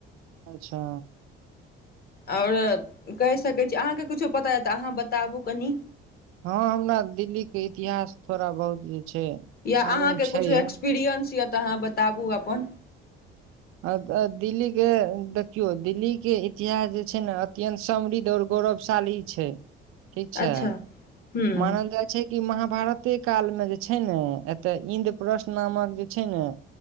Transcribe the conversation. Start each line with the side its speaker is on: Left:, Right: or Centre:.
Right: अच्छा
Left: आओर कहि सकैत छी अहाँकेँ किछो पता यए तऽ अहाँ बताबू कनि
Right: हँ हमरा दिल्ली के इतिहास थोड़ा बहुत जे छै
Left: या
Right: मालूम
Left: अहाँके
Right: छै
Left: कुछो
Right: य
Left: एक्सपीरियंस या तऽहाँ बताबु अपन
Right: अ दिल्लीे देखियौ दिल्लीे इतिहास जे छै ने अत्यन्त समृद्ध आऔर गौरवशाली छै ठीक छै
Left: अच्छा ह्म
Right: मानल जाइ छै कि महाभारते कालमे जे छै ने एतय इन्द्रपश नामक जे छै ने